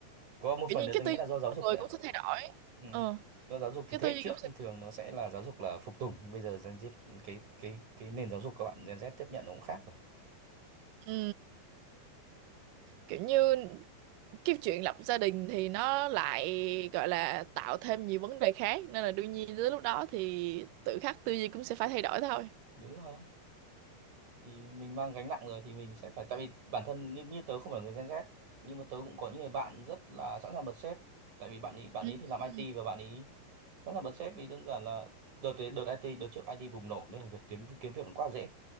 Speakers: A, on the right; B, on the right.
A: có một
B: kiểu
A: phần
B: như
A: nữa
B: cái
A: tôi
B: tư
A: nghĩ
B: duy
A: là do
B: của
A: giáo
B: con
A: dục
B: người
A: nữa
B: cũng sẽ thay đổi
A: ừ.
B: ờ
A: do giáo dục thì
B: cái
A: thế
B: tư
A: hệ
B: duy
A: trước
B: cũng
A: thì
B: sẽ
A: thường nó sẽ là giáo dục là phục tùng bây giờ Gen Z cái cái cái nền giáo dục các bạn Gen Z tiếp nhận nó cũng khác rồi
B: ừ kiểu như cái chuyện lập gia đình thì nó lại gọi là tạo thêm nhiều vấn đề khác nên là đương nhiên tới lúc đó thì tự khắc tư duy cũng sẽ phải thay đổi thôi
A: đúng rồi thì mình mang gánh nặng rồi thì mình sẽ phải tại vì bản thân như, như tớ không phải là người Gen Z nhưng mà tớ cũng có những người bạn rất là sẵn sàng bật sếp tại vì bạn ấy bạn
B: Ừ.
A: ấy thì làm
B: ừ.
A: IT và bạn ấy sẵn sàng bật sếp vì đơn giản là đợt đợt IT đợt trước IT bùng nổ nên là việc kiếm kiếm việc cũng quá dễ